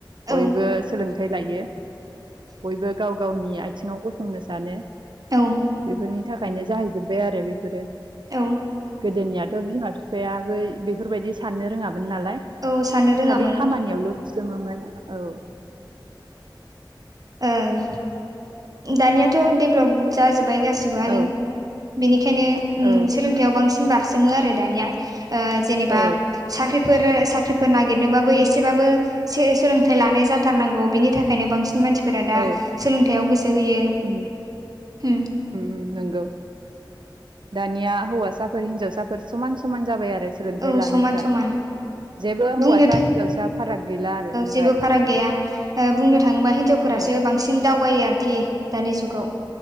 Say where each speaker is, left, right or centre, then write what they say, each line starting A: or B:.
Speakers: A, on the right; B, on the right.
A: बयबो
B: औ
A: सोलोंथाइ लायो। बयबो गाव गावनि आइथिङाव गसंनो सानो।
B: औ
A: बेफोरनि था खायनो जाहैजोब्बाय आरो बेफोरो।
B: औ
A: गोदोनिया थ' बिमा बिफायाबो बेफोरबायदि साननो रोङामोन नालाय।
B: औ साननो रोङामोन
A: खालि खामानियावल' थिसोमोमोन औ।
B: ओं दानियाथ' देपलब जाजोब्बाय गासिबोआनो
A: औ
B: बेनिखायनो उम
A: औ
B: सोलों साख्रिआव बांसिन बारसोमो आरो दानिया। ओ जेनेबा
A: औ
B: साख्रिफोर साख्रिफोर नागिरनोबाबो एसेबाबो सो-सोलोंथाइ लानाय जाथारनांगौ बिनि थाखायनो बांसिन मानसि फोरा दा
A: औ
B: सोलोंथायाव गोसो होयो
A: उम
B: उम।
A: उम नंगौ दानिया हौवासाफोर हिनजावसाफोर समान समान जाबाय आरो सोलोंथाइ
B: औ
A: लानायफोरा।
B: समान समान
A: जेबो हौवासा
B: बुंनो थां
A: हिनजावसा फाराग गैला आरो बेहाय
B: जेबो फाराग गैया।
A: औ
B: ओ बुंनो थाङोबा हिनजावफोरासो
A: औ
B: बां बांसिन दावगायो आरोखि दानि जुगाव।